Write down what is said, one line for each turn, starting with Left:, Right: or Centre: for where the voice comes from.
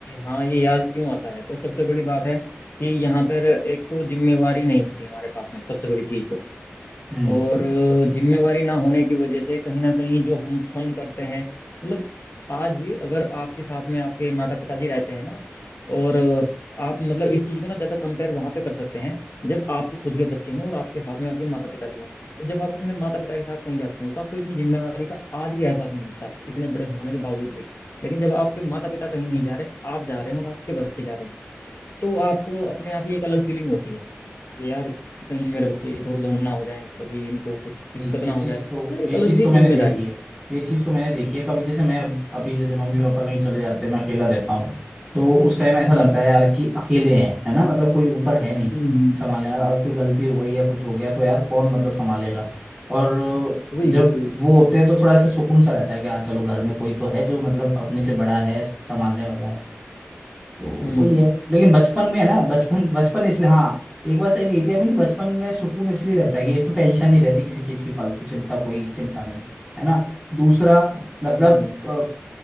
Left: हाँ ये याद क्यों आता है तो सबसे बड़ी बात है कि यहाँ पर एक तो जिम्मेवारी नहीं होती हमारे पास में सबसे बड़ी चीज तो
Centre: है
Left: और जिम्मेवारी ना होने की वजह से कहीं ना कहीं जो हम फन करते हैं मतलब आज भी अगर आपके साथ में आपके माता पिताजी रहते हैं ना और आप मतलब इस चीज को ना ज्यादा कंपेयर वहां पे कर सकते हैं जब आपके खुद के बच्चे हों और आपके साथ में आपके माता पिता भी हों तो जब आप अपने माता पिता के साथ कहीं जाते हो तो आपको इतनी जिम्मेवारी का आज भी एहसास नहीं होता इतने बड़े होने के बावजूद भी लेकिन जब आपके माता पिता कहीं नहीं जा रहे आप जा रहे हैं और आपके बच्चे जा रहे हैं तो आपको अपने आप ही एक अलग फीलिंग होती है कि यार कहीं मेरे बच्चे इधर उधर ना हो जाएं कभी इनको कुछ दिक्कत
Centre: नहीं ये
Left: ना हो
Centre: चीज
Left: जाए मतलब
Centre: तो
Left: एक
Centre: ये
Left: अलग
Centre: चीज
Left: सी
Centre: तो मैंने
Left: जिम्मेदारी
Centre: देखी है ये चीज तो मैंने देखी है कभी जैसे मैं अभी जैसे मम्मी पापा कहीं चले जाते हैं मैं अकेला रहता हूँ तो उस टाइम ऐसा लगता
Left: हम्म
Centre: है यार कि अकेले हैं है ना मतलब कोई ऊपर है नहीं
Left: हम्म हम्म,
Centre: संभालने वाला। अब कोई गलती हो गई या कुछ हो गया तो यार कौन मतलब संभालेगा और
Left: वही
Centre: जब
Left: वही वही
Centre: वो होते हैं तो थोड़ा सा सुकून सा रहता है कि हाँ चलो घर में कोई तो है जो मतलब अपने से बड़ा है संभालने वाला है तो
Left: हम्म
Centre: वही है लेकिन
Left: तो
Centre: बचपन में है ना बचपन बचपन इसलिए हाँ एक बार सही कहती है आपने कि बचपन में सुकून इसलिए रहता है कि एक तो टेंशन नहीं रहती किसी चीज की फालतू चिंता कोई चिंता नहीं है ना दूसरा मतलब
Left: हम्म
Centre: अ,